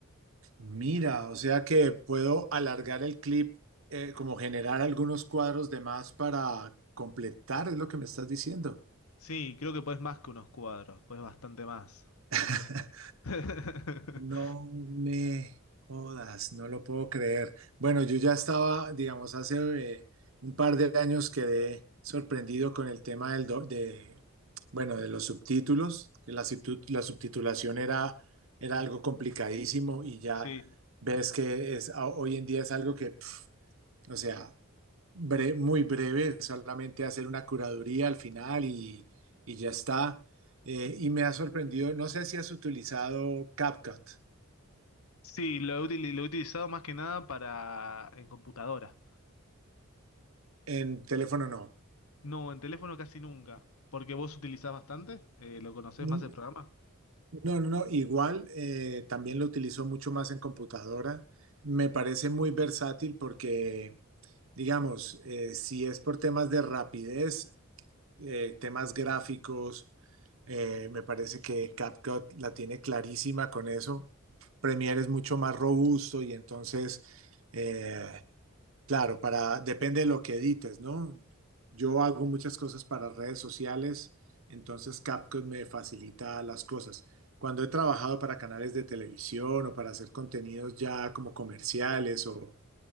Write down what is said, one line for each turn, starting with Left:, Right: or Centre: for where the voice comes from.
Right: mira, o sea que puedo alargar el clip, eh, como generar algunos cuadros de más para completar, es lo que me estás diciendo.
Left: Sí, creo que puedes más que unos cuadros, puedes bastante más.
Right: <laughs>
Left: <laughs>
Right: No me jodas, no lo puedo creer. Bueno, yo ya estaba, digamos, hace eh, un par de años quedé sorprendido con el tema del do- de, bueno, de los subtítulos, que la, subtu- la subtitulación era, era algo complicadísimo y ya
Left: Sí,
Right: ves que es, a- hoy en día es algo que, pf, o sea, bre- muy breve, solamente hacer una curaduría al final y, y ya está. Eh, y me ha sorprendido, no sé si has utilizado CapCut.
Left: sí, lo he, utili- lo he utilizado más que nada para en computadora.
Right: En teléfono no.
Left: No, en teléfono casi nunca. Porque vos utilizás bastante, Eh, ¿lo conocés
Right: Mm,
Left: más el programa?
Right: No, no, no. Igual eh, también lo utilizo mucho más en computadora. Me parece muy versátil porque, digamos, eh, si es por temas de rapidez, eh, temas gráficos, eh, me parece que CapCut la tiene clarísima con eso. Premiere es mucho más robusto y entonces eh, Claro, para, depende de lo que edites, ¿no? Yo hago muchas cosas para redes sociales, entonces CapCut me facilita las cosas. Cuando he trabajado para canales de televisión o para hacer contenidos ya como comerciales o,